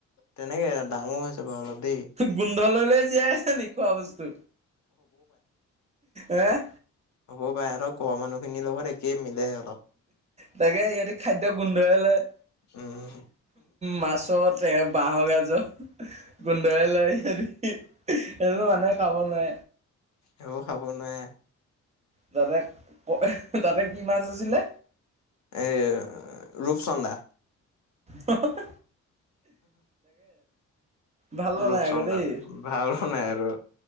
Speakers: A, on the left; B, on the right.
A: তেনেকে ডাঙৰ হৈছে। বাৰু অলপ দেই
B: গোন্ধ ললে জীয়াই আছে ন খোৱা বস্তু এহ,
A: হ'ব বাই আৰু ঘৰৰ মানুহ খিনিৰ লগত একেই মিলে আৰু।
B: তাকে সিহতি খাদ্য গোন্ধই লয়।
A: উম
B: মাছত বাহৰ গাজৰ গোন্দৰে লয় সিহ। সেইটোতো মানুহে খাব নোৱাৰে।
A: এইবোৰ খাব নোৱাৰে।
B: তাতে ক তাতে কি মাছ আছিলে।
A: এ ৰূপচন্দা
B: হ - হ - হ। ভাল বনাই
A: ৰূপচন্দা
B: আকৌ দেই
A: ভালো নাই আৰু।